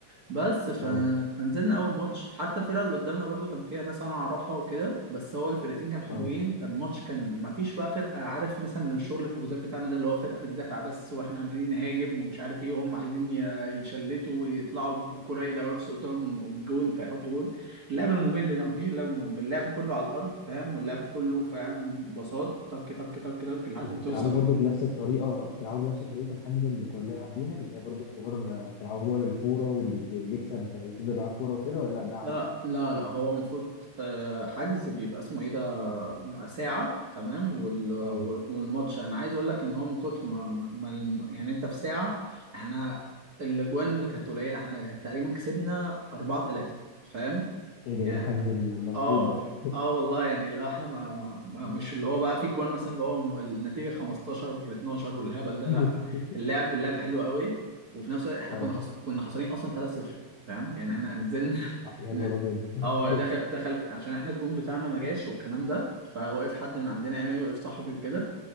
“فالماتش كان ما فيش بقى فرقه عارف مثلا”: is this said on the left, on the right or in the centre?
Right